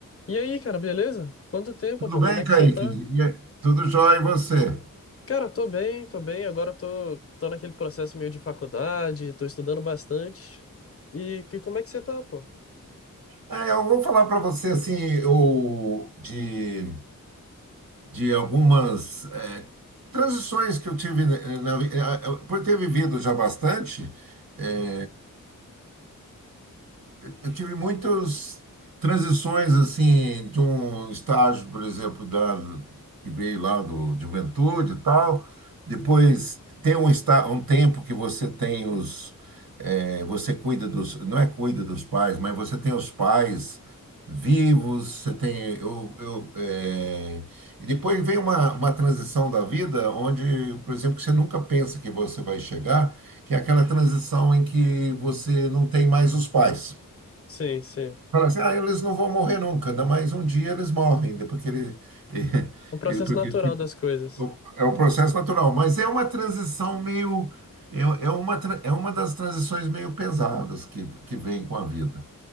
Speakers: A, on the left; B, on the right.
A: E aí, cara, beleza? Quanto tempo,
B: Tudo
A: pô?
B: bem,
A: Como é
B: Kaique?
A: que você tá?
B: E aí, tudo jóia e você?
A: Cara, tô bem, tô bem. Agora tô, tô naquele processo meio de faculdade, tô estudando bastante. E que- como é que você tá, pô?
B: É, eu vou falar para você assim, o, de, de algumas é, transições que eu tive, né, na, vi- eh, eh, por ter vivido já bastante. é,
A: Uhum.
B: eu tive muitas transições assim de um estágio, por exemplo, da que veio lá do de juventude e tal. Depois tem um está um tempo que você tem os eh, você cuida dos não é cuida dos pais, mas você tem os pais vivos, você tem eu, eu eh, e depois vem uma, uma transição da vida onde, por exemplo, que você nunca pensa que você vai chegar que é aquela transição em que você não tem mais os pais.
A: Sim, sim.
B: Fala assim, ah, eles não vão morrer nunca, ainda mais um dia eles morrem, né, porque ele, <laughs>
A: O processo
B: é, é, porque
A: natural
B: ele
A: das coisas.
B: é o processo natural. Mas é uma transição meio, é, é uma, tra- é uma das transições meio pesadas que, que vem com a vida.